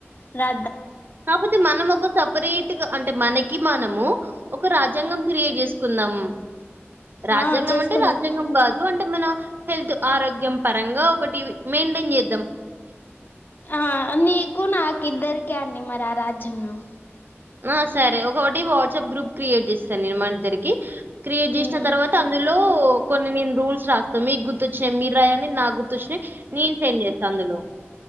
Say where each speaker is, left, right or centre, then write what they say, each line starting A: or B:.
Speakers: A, on the left; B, on the right.
A: రా
B: కాపోతే మనం ఒక సపరేట్గా అంటే మనకి మనము ఒక రాజ్యాంగం క్రియేట్ చేసుకుందాం రాజ్యాంగం
A: ఆ చేసుకుందాం
B: అంటే రాజ్యాంగం కాదు అంటే మన హెల్త్ ఆరోగ్యం పరంగా ఒకటి మెండన్ చే
A: ఆ నీకు నాకు ఇద్దరికే అండి మర ఆ రాజ్యంగం
B: ఆ సరే ఒకొకటి వాట్సాప్ గ్రూప్ క్రియేట్ చేస్తా నేను మనిద్దరికి క్రియేట్ చేసిన
A: ఉమ్
B: తర్వాత అందులో కొన్ని నేను రూల్స్ రా మీకు గుర్తొచ్చినై మీర్ రాయలి నాక్ గుర్తొచ్చినై నేను సెండ్ చేస్తా అందులో